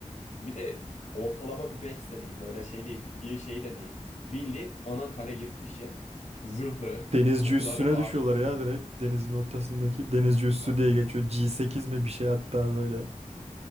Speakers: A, on the left; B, on the right.
A: Bir de ortalama bir base de değil böyle şey değil kıyı şey de değil. Bildiğin ana kale gibi bir şey. Zırhlı
B: Denizci
A: kapıları
B: üssüne
A: var.
B: düşüyorlar ya direkt. Denizin ortasındaki denizci üssü
A: Ha-
B: diye geçiyor. G8 mi bir şey hatta böyle. <laughs>